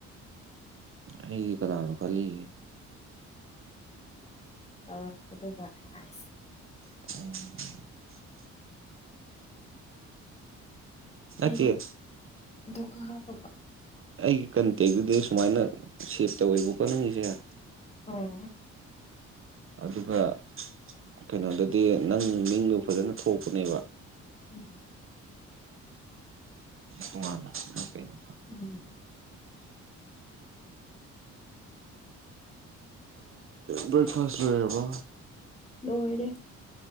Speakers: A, on the right; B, on the left.
A: ꯑꯩꯒꯤ ꯀꯅꯥꯥꯅꯣ ꯈꯜꯂꯤ
B: ꯇꯧꯔꯛꯄꯗꯨꯗꯥ ꯑꯁ
A: <unintelligible> ꯅꯠꯇꯦ
B: ꯑꯩꯅ ꯑꯗꯨꯒ ꯍꯥꯞꯄꯝꯕ
A: ꯑꯩꯒꯤ ꯀꯟꯇꯦꯛꯇꯨꯗ ꯁꯨꯃꯥꯏꯅ ꯁꯦꯞ ꯇꯧꯋꯦꯕꯀꯣ ꯅꯪꯒꯤꯁꯦ
B: ꯑꯣ
A: ꯑꯗꯨꯒ ꯀꯩꯅꯣꯗꯗꯤ ꯅꯪ ꯃꯤꯡꯗꯣ ꯐꯖꯅ ꯊꯣꯛꯄꯅꯦꯕ
B: ꯎꯝ
A: ꯇꯣꯉꯥꯟꯅ ꯀꯩꯅꯣ
B: ꯎꯝ
A: ꯕ꯭ꯔꯦꯛꯐꯥꯁ ꯂꯣꯏꯔꯥꯕꯣ
B: ꯂꯣꯏꯔꯦ